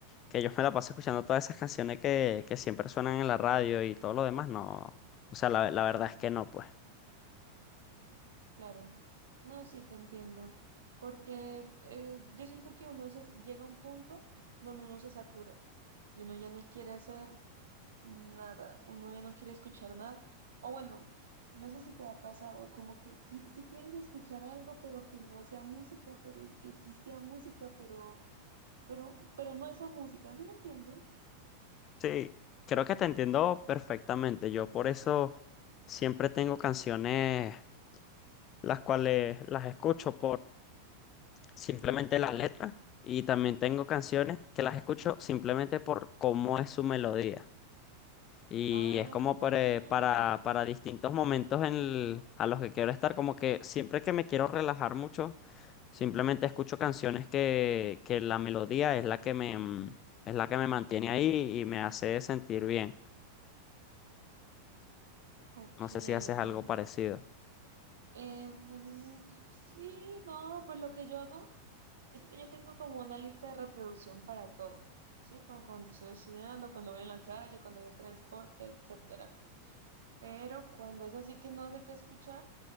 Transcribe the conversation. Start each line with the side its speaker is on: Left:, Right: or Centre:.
Left: que yo me la paso escuchando todas esas canciones que, que siempre suenan en la radio y todo lo demás, no, o sea, la, la verdad es que no, pues.
Right: Claro, no, sí te entiendo, porque eh, yo siento que uno se- llega a un punto donde uno se satura y uno ya no quiere hacer nada, uno ya no quiere escuchar nada, o bueno, no sé si te ha pasado, como que qui- si quieres escuchar algo, pero que no sea música, pero que sí sea música, pero, pero, pero no esa música, ¿sí me entiendes?
Left: Sí, creo que te entiendo perfectamente, yo por eso siempre tengo canciones las cuales las escucho simplemente las letras y también tengo canciones que las escucho simplemente por cómo es su melodía. Y
Right: Ah,
Left: es como para, para, para distintos momentos en el- a los que quiero estar, como que siempre que me quiero relajar mucho, simplemente escucho canciones que, que la melodía es la que me, mm, es la que me mantiene ahí y me hace sentir bien.
Right: ok,
Left: No sé si haces
Right: ok.
Left: algo parecido.
Right: Eh, mm, sí, no, pues lo que yo hago. Es que yo tengo como una lista de reproducción para todo, ¿sí? Para cuando estoy estudiando, cuando voy en la calle, cuando hay el transporte, etcétera. Pero cuando es así que no sé qué escuchar,